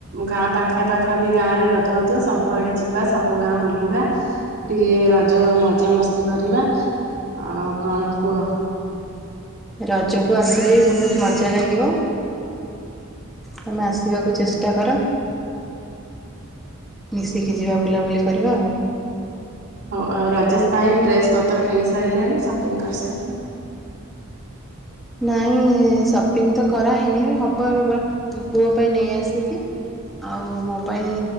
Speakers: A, on the right (about 55°); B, in the centre.
A: ଗାଁ ପାଖେ ପାଖା ବି ଗାଁରେ ରଜ ହଉଥୁବ ସବୁଆଡେ ଯିବା ସବୁ ଗାଁ ବୁଲିବା। ଟିକେ ରଜ ମଜା ମସ୍ତି କରିବା। ଆଉ କଣ କୁହ?
B: ରଜକୁ ଆସିଲେ ବି ବହୁତ୍ ମଜା ଲାଗିବ। ତମେ ଆସିବାକୁ ଚେଷ୍ଟା କର। ମିଶିକି ଯିବା ବୁଲାବୁଲି କରିବା ଆଉ।
A: ହଉ ଆଉ ରାଜେଶ୍ ପାଇଁ ଡ୍ରେସ୍ ପତ୍ର କିଣି ସାରିଲେଣି ସପିଙ୍ଗ୍ କରିସାରିଲେଣି।
B: ନାଇଁ ସପିଙ୍ଗ ତ କରାହେଇନି ହବ ଏବେ ବଟ୍ ପୁଅ ପାଇଁ ନେଇ ଆସିଛି। ଆଉ ମୋ ପାଇଁ